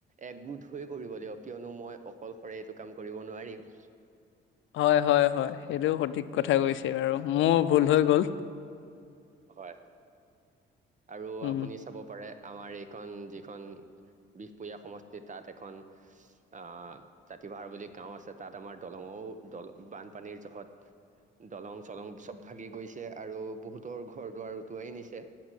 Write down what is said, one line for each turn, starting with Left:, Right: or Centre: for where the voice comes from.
Right: একগোট হৈ কৰিব দিয়ক, কিয়নো মই অকলশৰে এইটো কাম কৰিব নোৱাৰিম।
Left: হয়, হয়, হয় সেইটো সঠিক কথা কৈছে বাৰু মোৰ ভুল হৈ গ'ল।
Right: হয় আৰু
Left: উম
Right: আপুনি চাব পাৰে। আমাৰ এইখন যিখন বিহপুৰীয়া সমষ্টিত তাত এখন আহ জাতি ভাহাৰ বুলি গাঁও আছে তাত আমাৰ দলং বানপানীৰ জহত দলং চলং চ'ব ভাগি গৈছে আৰু বহুতৰ ঘৰ দুৱাৰ উটুৱাই নিছে